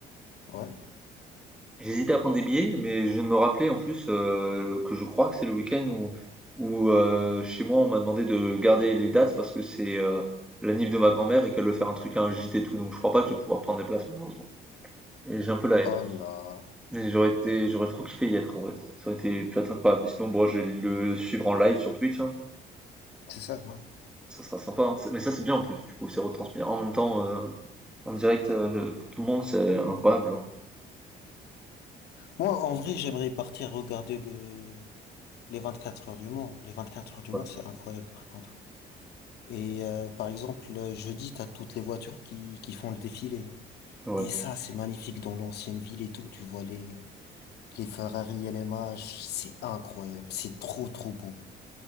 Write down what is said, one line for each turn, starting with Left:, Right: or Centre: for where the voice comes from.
Left: Ouais.
Centre: J'hésitais à prendre des billets, mais je viens de me rappeler en plus euh, que je crois que c'est le week-end où, où euh, chez moi on m'a demandé de garder les dates parce que c'est euh, la nif de ma grand-mère et qu'elle veut faire un truc à un gîte et tout, donc je crois pas que je vais pouvoir prendre des places malheureusement. Et j'ai un peu la
Left: Oh
Centre: haine.
Left: là.
Centre: Mais j'aurais été, j'aurais trop kiffé y être en vrai. Ça aurait été peut-être incroyable. Mais sinon, bon, je vais le suivre en live sur Twitch, hein.
Left: C'est ça, hein.
Centre: Ça sera sympa, hein. C'est- Mais ça c'est bien en plus, du coup, c'est retransmis en même temps. euh, En direct, heu, le pour tout le monde, c'est incroyable, genre.
Left: Moi, en vrai, j'aimerais partir regarder le... les 24 heures du Mans. Les 24 heures du Mans,
Centre: Ouais,
Left: c'est incroyable, par contre. Et euh, par exemple, le jeudi, t'as toutes les voitures qui, qui font le défilé.
Centre: ouais.
Left: Et ça, c'est magnifique dans l'ancienne ville et tout. Tu vois les, Les Ferrari LMH, c'est incroyable. C'est trop, trop beau.